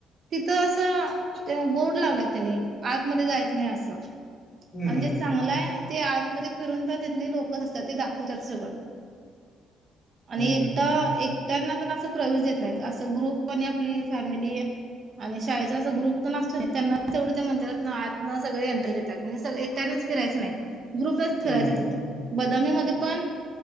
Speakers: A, on the right; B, on the left.
A: तिथं असं त्या बोर्ड लावलेत त्याने आतमध्ये जायचं नाही असं.
B: हम्म
A: आणि
B: हम्म
A: जे चांगलं आहे ते आतमध्ये फिरून पण घेतले लोकच असतात ते दाखवतात सगळं. आणि
B: हम्म
A: एकटा
B: हम्म
A: एकट्यांना प असं प्रवेश देत नाहीत असं ग्रुप पणे आपली फॅमिली. आणि शाळेचा असं ग्रुप तर नसतो त्यांना तेवढं त्या मंदिरात न आत न सगळे एंट्री देत. म्हणजे सगळे एकट्यानेच फिरायचं नाही ग्रुपच फिरायचं
B: हम्म
A: तिथं बदामीमध्ये पण.